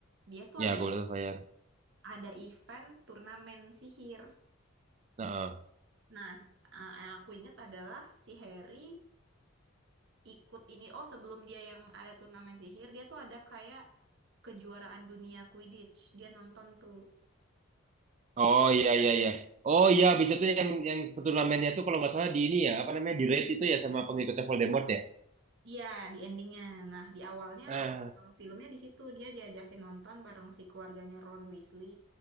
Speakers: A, on the right; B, on the right.
A: Dia tuh
B: Ya,
A: ada
B: gue udah bayar.
A: ada event turnamen sihir.
B: Nah, eh.
A: Nah, eh, yang aku inget adalah si Harry ikut ini. Oh, sebelum dia yang ada turnamen sihir, dia tuh ada kayak kejuaraan dunia Quidditch. Dia nonton tuh.
B: oh iya, iya, iya. Oh iya, abis itu yang yang turnamennya tuh kalau nggak salah di ini ya, apa namanya, di raid itu ya sama pengikutnya Voldemort ya?
A: Iya, di endingnya. Nah, di awalnya
B: Ah,
A: awal filmnya di situ dia diajakin nonton bareng si keluarganya Ron Weasley,